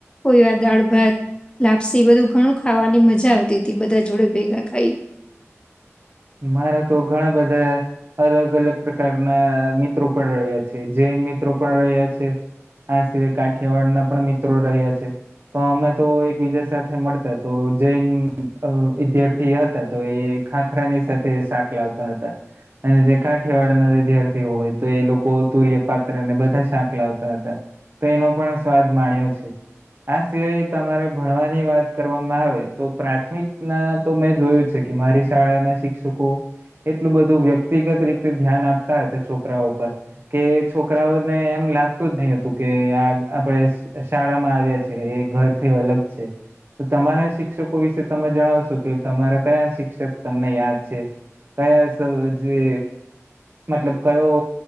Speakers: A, on the left; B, on the right.
A: કોઈ વાર દાળ ભાત લાપસી બધું ઘણું ખાવાની મજા આવતી હતી બધા જોડે ભેગા ખાઈ
B: મારા તો ઘણા બધા અલગ અલગ પ્રકારના મિત્રો પણ રહ્યા છે જૈન મિત્રો પણ રહ્યા છે આ સિવાય કાઠિયાવાડના પણ મિત્રો રહ્યા છે તો અમે તો એકબીજા સાથે મળતા તો જૈન વિદ્યાર્થી હતા તો એ ખાખ ખરાની સાથે શાક લાવતા હતા અને જે કાઠિયાવાડના વિદ્યાર્થી હોય તો એ લોકો તુર્ય પાત્રને બધા શાક લાવતા હતા તો એનો પણ સ્વાદ માણ્યો છે આ સિવાય તમારે ભણવાની વાત કરવામાં આવે તો પ્રાથમિક ના તો મેં જોયું છે કે મારી શાળા ના શિક્ષકો એટલું બધું વ્યક્તિગત રીતે ધ્યાન આપતા હતા છોકરા પર કે છોકરાઓને એમ લાગતું જ નહી હતું કે આ આપણેે શાળામાં આવ્યા છીએ ઘરથી અલગ છે તો તમારા શિક્ષકો વિશે તમે જણાવશો કે તમારા કયા શિક્ષક તમને યાદ છે કયા સ જે મતલબ કયો